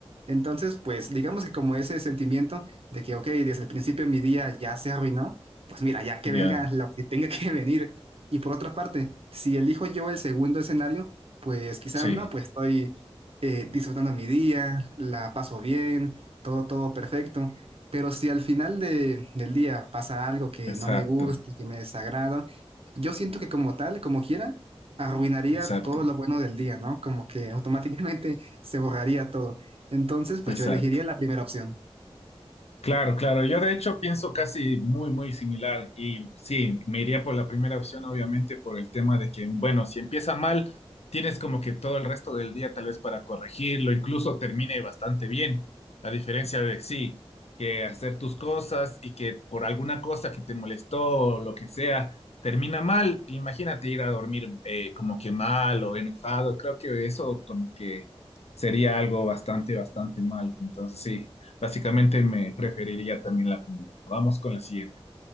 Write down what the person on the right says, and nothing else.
Entonces, pues digamos que como ese sentimiento de que, ok, desde el principio mi día ya se arruinó, pues mira, ya que
venga lo que tenga que <laughs> venir. Y por otra parte, si elijo yo el segundo escenario, pues quizás
no, pues estoy eh, disfrutando mi día, la paso bien, todo, todo perfecto. Pero si al final de- del día pasa algo que
no me gusta, que me desagrada, yo siento que como tal, como quiera, arruinaría
todo lo bueno del día, ¿no? Como que automáticamente <laughs> se borraría todo. Entonces, pues
yo elegiría la primera opción.